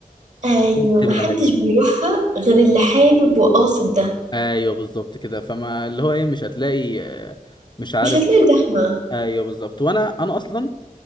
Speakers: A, on the right (about 55°); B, on the left (about 30°).
A: ايوه
B: بتبقى
A: ما حدش
B: هادية
A: بيروحها غير اللي حابب وقاصد ده
B: أيوه بالظبط كده فما اللي هو إيه مش هتلاقي آه، مش عارف
A: مش هتلاقي زحمه
B: أيوه بالظبط وأنا أنا أصلا